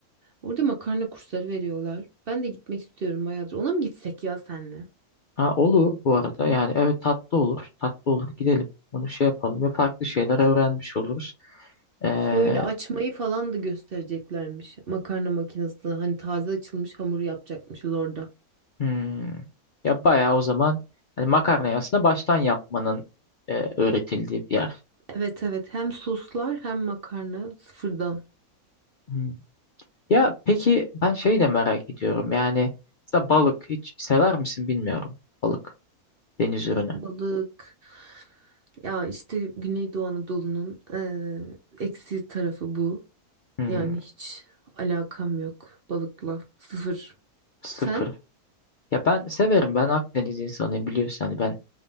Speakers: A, on the right; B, on the left.
A: Orada makarna kursları veriyorlar. Ben de gitmek istiyorum bayağıdır. Ona mı gitsek ya senle?
B: Ha olur bu arada yani evet tatlı olur tatlı olur gidelim onu şey yapalım ya farklı şeyler öğrenmiş oluruz. Ee,
A: Böyle açmayı falan da göstereceklermiş. Makarna makinesi. Hani taze açılmış hamur yapacakmışız orada.
B: Hmm. Ya bayağı o zaman hani makarnayı aslında baştan yapmanın e, öğretildiği bir yer.
A: Evet evet. Hem soslar hem makarna sıfırdan.
B: Hmm. Ya peki ben şey de merak ediyorum. Yani mesela balık hiç sever misin bilmiyorum. Balık, deniz ürünü.
A: Balık. Ya işte Güneydoğu Anadolu'nun eee eksi tarafı bu.
B: Hmm,
A: Yani hiç alakam yok balıkla. Sıfır.
B: sıfır.
A: Sen?
B: Ya ben severim. Ben Akdeniz insanıyım biliyorsun. Hani ben